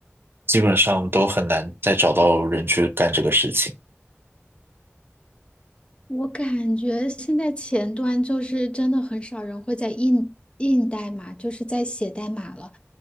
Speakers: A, on the right (about 50°); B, on the left (about 25°).
A: 基本上都很难再找到人去干这个事情。
B: 我感觉现在前端就是真的很少人会在印印代码，就是在写代码了，